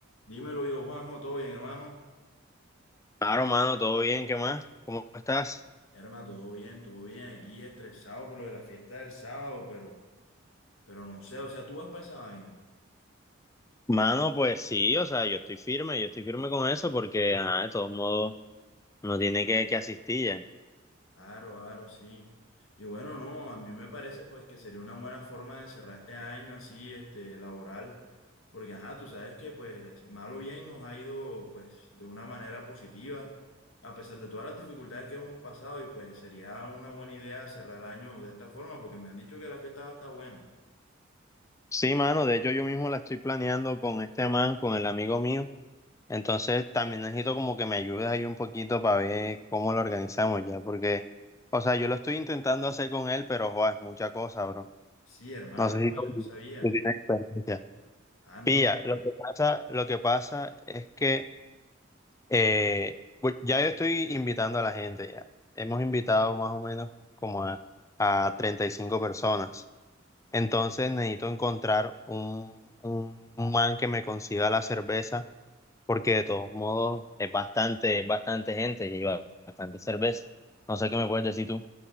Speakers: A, on the left; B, on the left.
A: Dímelo yo, Juanjo, ¿todo bien, hermano?
B: Claro, mano, todo bien, ¿qué más? ¿Cómo estás?
A: Hermano, todo bien, todo bien. Aquí estresado por lo de la fiesta del sábado, pero, pero no sé, o sea, tú vas para esa vaina.
B: Mano, pues sí, o sea, yo estoy firme, yo estoy firme con eso porque, ajá, de todos modos, uno tiene que, que asistir ya.
A: Claro, claro, sí. Y bueno, no, a mí me parece pues que sería una buena forma de cerrar este año así, este, laboral, porque ajá, tú sabes que pues mal o bien nos ha ido pues de una manera positiva, a pesar de todas las dificultades que hemos pasado y pues sería una buena idea cerrar el año de esta forma, porque me han dicho que la fiesta va a estar buena.
B: Sí, mano, de hecho yo mismo la estoy planeando con este man, con el amigo mío, entonces también necesito como que me ayudes ahí un poquito para ver cómo lo organizamos ya, porque, o sea, yo lo estoy intentando hacer con él, pero, joder, es mucha cosa, bro.
A: Sí, hermano,
B: No sé
A: no,
B: si tú-
A: yo no sabía.
B: tú tienes experiencia.
A: Ah, no,
B: Pilla,
A: no.
B: lo que pasa, lo que pasa es que... Eh, pues ya yo estoy invitando a la gente ya. Hemos invitado más o menos como a, a 35 personas. Entonces necesito encontrar un, un, un man que me consiga la cerveza porque de todos modos es bastante, es bastante gente y lleva bastante cerveza. No sé qué me puedes decir tú.